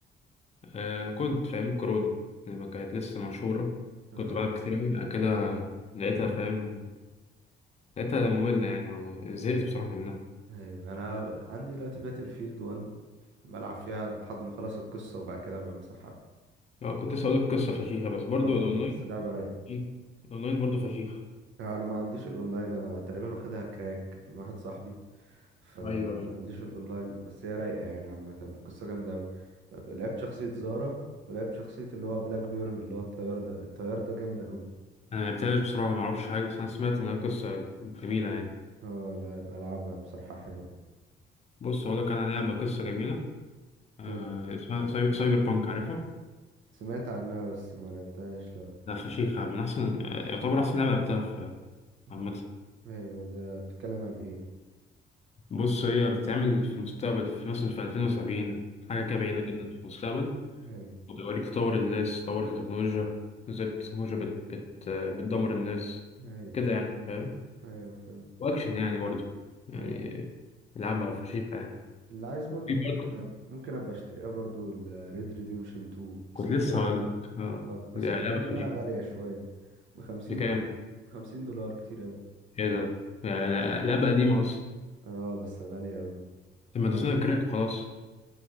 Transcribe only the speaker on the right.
اه
ايوه انا عندي دلوقتي باتل فيلد 1 بلعب فيها لحد ما اخلص القصه وبعد كده بمسحها
اه
بس لعبه رايقه
انا ما عنديش الاونلاين انا تقريبا واخدها كراك من واحد صاحبي فما
عنديش الاونلاين بس هي رايقه يعني عامه القصه جامده قوي لعبت شخصيه زارا ولعبت شخصيه اللي هو بلاك بيرن اللي هو الطيار ده الطيار ده جامده قوي
اه لا يبقى العبها بصراحه حلوه
قول لي
سمعت عنها بس ما لعبتهاش لا
مم.
ايوه ده بتتكلم عن ايه
مم.
ايوه
ايوه
ايوه فهمت
أيوة.
اللي عايز برضو
ممكن
أ... ممكن ابقى اشتريها برضو ال Red Redemption 2 بس
المشكلة
اه بس
المشكلة انها
غالية شوية بخمسين
دولار بخمسين دولار كتير اوي
اه بس غالية اوي
أو-